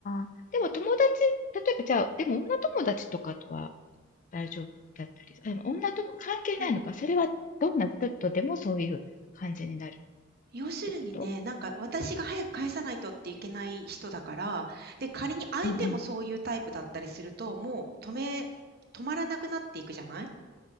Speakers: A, on the left; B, on the right.
A: あ、でも友達、例えばじゃあ、でも女友達とかとは大丈夫だったり、でも女とも関係ないのか、
B: うん。
A: それはどんな人とでもそういう感じになるっ
B: 要するにね、
A: てこと
B: なんか私が早く返さないとっていけない人だから、で、仮に相手もそういうタイプだったりすると、
A: うんうん。
B: もう止め、止まらなくなっていくじゃない